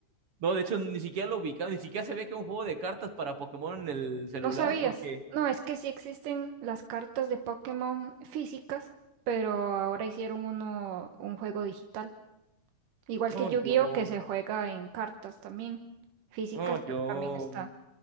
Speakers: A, on the right; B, on the right.
A: No, de hecho, ni siquiera lo ubicaba, ni siquiera sabía que era un juego de cartas para Pokémon en el celular,
B: ¿No sabías?
A: porque
B: No, es que sí existen las cartas de Pokémon físicas, pero ahora hicieron uno, un juego digital. Igual
A: no,
B: que Yu-Gi-Oh,
A: yo,
B: que se juega en cartas también, físicas,
A: no, yo,
B: pero también está.